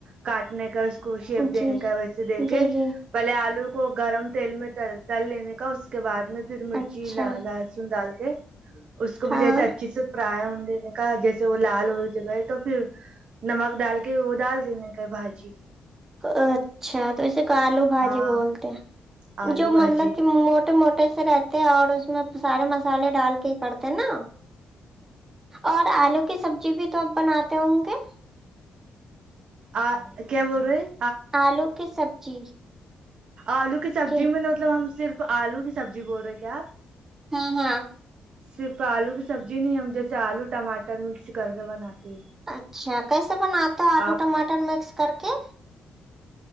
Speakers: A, on the right (about 45°); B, on the right (about 15°).
A: کاٹنے کا کو شیف دینے
B: جی
A: کا ویسے دیک کے
B: جی جی
A: بہلے آلو کو گرم تیل میں ت تل لینے کا اس کے بعد پھر مرچی
B: اچھا
A: لہسن ڈال کے اس کو بھی
B: ہاں
A: جیسے اچھے سے فرائے ہو دینے کا جیسے وہ لال ہو جگئے تو پھر نمک ڈال کے وہ ڈال دینے کا بھجی
B: اچھا تو ویسے کلو بھجی
A: ہاں
B: بولتے
A: آلو
B: جو
A: بھاجی
B: مطلب کہ چوٹے موٹے سے رہتے اور اس میں سارے مسالے ڈال کے کرتے نا اور آلو کی سبزی بھی تو آپ بناتے ہوں گے
A: آ کیا بول رہے ہیں
B: آلو کی سبزی
A: آلو کی سبزی
B: جی
A: میں مطلب ہم صرف آلو کی سب جی بول رہے کیا آپ
B: ہاں ہاں
A: صرف آلو کی سبزی نہیں ہم جیسے آلو ٹماٹر مکس کر کے بناتے ہیں
B: اچھا کیسے بناتا ہے آلو
A: آپ
B: ٹماٹر مکس کر کے